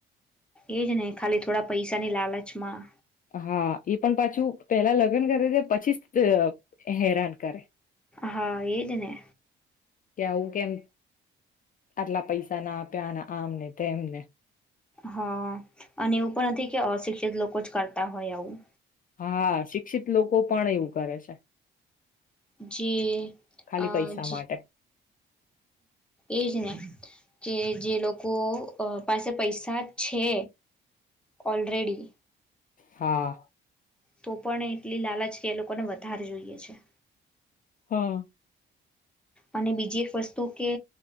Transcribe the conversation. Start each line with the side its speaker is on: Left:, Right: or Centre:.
Centre: એજ ને ખાલી થોડા પૈસાની લાલચમાં
Left: હા, એ પણ પાછું પેલા લગ્ન કરે પછી હેરાન કરે.
Centre: હા, એ જને
Left: કે આવું કેમ? આટલા પૈસા ના આપ્યા અને આમને તેમને
Centre: હા. અને એવું પણ નથી, કે અશિક્ષિત લોકો જ કરતા હોય, આવું
Left: હા, શિક્ષિત લોકો પણ એવું કરે છે.
Centre: જી
Left: ખાલી
Centre: અ
Left: પૈસા
Centre: જ
Left: માટે
Centre: એજ ને કે જે લોકો પાસે પૈસા છે, ઓલરેડી
Left: હા
Centre: તો પણ એટલી લાલચ કે એ લોકોને વધારે જોઈએ છે,
Left: હા
Centre: અને બીજી એક વસ્તુ કે